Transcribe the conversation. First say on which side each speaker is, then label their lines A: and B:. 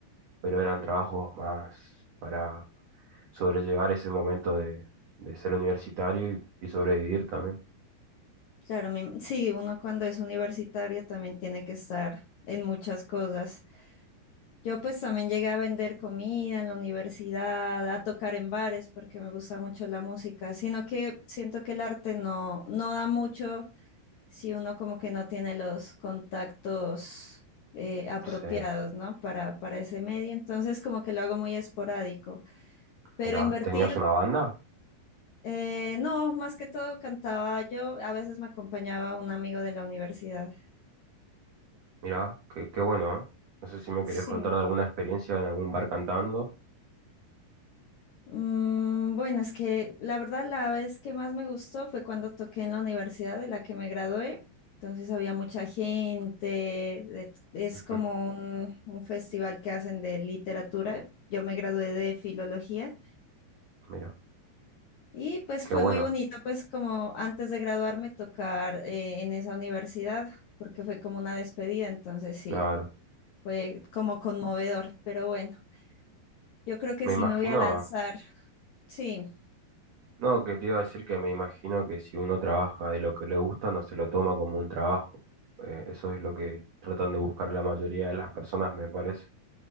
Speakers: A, on the right; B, on the left.
A: pero eran trabajos más para sobrellevar ese momento de, de ser universitario y, y sobrevivir también.
B: Claro, me im- sí, uno cuando es universitario también tiene que estar en muchas cosas. Yo pues también llegué a vender comida en la universidad, a tocar en bares porque me gusta mucho la música, sino que siento que el arte no, no da mucho si uno como que no tiene los contactos eh, apropiados,
A: Sí,
B: ¿no? Para, para ese medio, entonces como que lo hago muy esporádico, pero
A: mirá,
B: invertir...
A: ¿tenías una banda?
B: eh, no, más que todo cantaba yo, a veces me acompañaba un amigo de la universidad.
A: Mirá, qué, qué bueno, ¿eh? No sé si me
B: Sí.
A: querés contar de alguna experiencia en algún bar cantando.
B: Mm, bueno, es que la verdad la vez que más me gustó fue cuando toqué en la universidad de la que me gradué. Entonces había mucha gente, de- es
A: Ujú,
B: como un, un festival que hacen de literatura. Yo me gradué de filología
A: Mira,
B: y pues
A: qué
B: fue
A: bueno,
B: muy bonito, pues como antes de graduarme tocar eh, en esa universidad, porque fue como una despedida, entonces sí,
A: claro.
B: fue como conmovedor, pero bueno, yo creo que
A: Me
B: sí
A: imagino.
B: me voy a lanzar, sí.
A: No, que te iba a decir que me imagino que si uno trabaja de lo que le gusta, no se lo toma como un trabajo. Eh, eso es lo que tratan de buscar la mayoría de las personas, me parece.